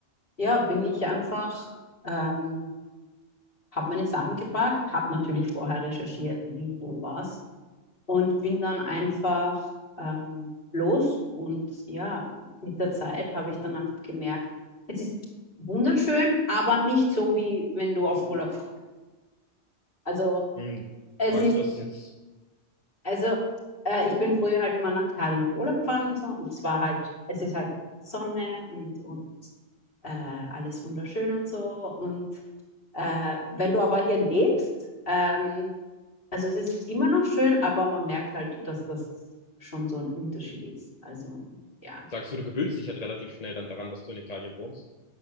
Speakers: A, on the left; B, on the left.
A: ja, bin ich einfach ähm, habe meine Sachen gepackt, habe natürlich vorher recherchiert, wie, wo, was und bin dann einfach ähm, los. Und ja, mit der Zeit habe ich dann einfach gemerkt, es ist wunderschön, aber nicht so, wie wenn du auf Urlaub fährst. Also
B: Hm,
A: es
B: Sagst
A: ist,
B: du, das ist jetzt,
A: also äh, ich bin früher halt immer nach Italien auf Urlaub gefahren und so und es war halt, es ist halt Sonne und, und äh, alles wunderschön und so und äh, wenn du aber hier lebst, ähm, Also es ist immer noch schön, aber man merkt halt, dass das schon so ein Unterschied ist. Also ja.
B: sagst du, du gewöhnst dich halt relativ schnell dann daran, dass du in Italien wohnst?